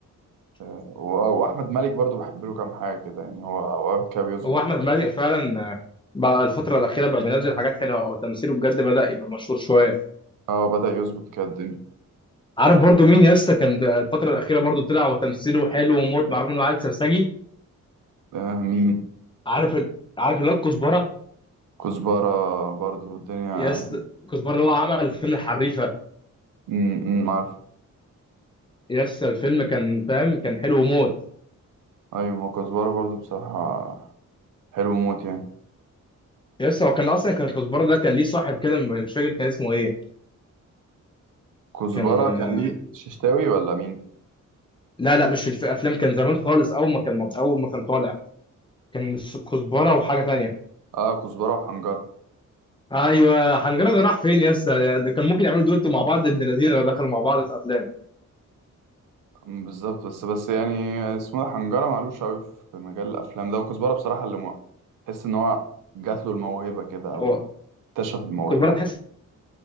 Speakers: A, on the right; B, on the left.
A: آه، و- واحمد مالك برضو بحب له كام حاجه كده يعني هو اوقات كده بيظبط
B: هو احمد
A: كده
B: مالك فعلا آه، بقى الفتره الاخيره بقى بينزل حاجات حلوه او تمثيله بجد بدا يبقى مشهور شويه
A: اه بدا يظبط كده الدنيا
B: عارف برضو مين لسه كان ده الفتره الاخيره برضو طلع وتمثيله حلو وموت مع رغم انه عيل سرسجي
A: آه مين
B: عارف ال- عارف اللي هو الكزبره
A: كزبره برضو الدنيا
B: يس الكزبره اللي هو عمل فيلم الحريفه
A: امم عارف
B: يس الفيلم كان فاهم كان حلو موت
A: ايوه ما هو كزبره برضو بصراحه حلو موت يعني
B: يس هو كان اصلا كان الكزبره ده كان ليه صاحب كده مش فاكر كان اسمه ايه
A: كزبره
B: كان آه،
A: كان ليه ششتاوي ولا مين
B: لا لا مش في الف- الافلام كان زمان خالص اول ما كان اول ما كان طالع كان الس- كزبره وحاجه تانية
A: اه كزبره وحنجره
B: ايوه حنجره ده راح فين يا اسطى ده كان ممكن يعملوا دويتو مع بعض ابن الذين لو دخلوا مع بعض في افلام
A: أمم، بالظبط بس بس يعني اسمه ده حنجره معلوش قوي في مجال الافلام ده وكزبره بصراحه اللي مو- تحس ان هو جات له الموهبه كده او
B: هو
A: اكتشف الموهبه
B: كزبره تحس